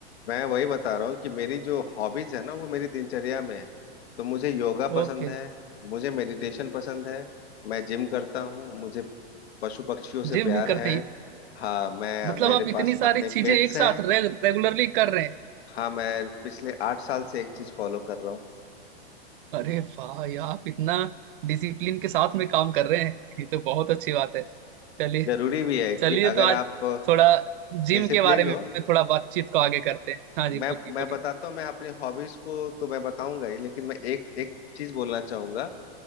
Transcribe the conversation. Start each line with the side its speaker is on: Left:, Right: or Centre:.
Left: मैं वही बता रहा हूँ कि मेरी जो हॉबीज है ना वो मेरी दिनचर्या में है तो मुझे योगा पसंद
Right: ओके
Left: है मुझे मेडिटेशन पसंद है मैं जिम करता हूँ मुझे पशु पक्षियों से
Right: जिम
Left: प्यार
Right: भी करते
Left: है
Right: हैं
Left: हाँ मैं
Right: मतलब
Left: मेरे
Right: आप इतनी
Left: पास
Right: सारी
Left: अपने
Right: चीजें
Left: पेट्स
Right: एक साथ
Left: हैं
Right: रे, रेगुलरली कर रहे हैं
Left: हाँ मैं पिछले आठ साल से एक चीज फॉलो कर रहा हूँ
Right: अरे वाह ये आप इतना डिसिप्लिन के साथ में काम कर रहे हैं ये तो बहुत अच्छी बात है
Left: <laughs>
Right: चलिए
Left: जरूरी भी है कि
Right: चलिए
Left: अगर
Right: तो आज
Left: आप
Right: थोड़ा जिम
Left: डिसिप्लिन्ड
Right: के बारे में
Left: हो
Right: थोड़ा बातचीत को आगे करते हैं हाँ जी
Left: मैं
Right: पूछिए बोलिए
Left: मैं बताता हूँ मैं अपनी हॉबीज को तो मैं बताऊंगा ही लेकिन मैं एक एक चीज बोलना चाहूंगा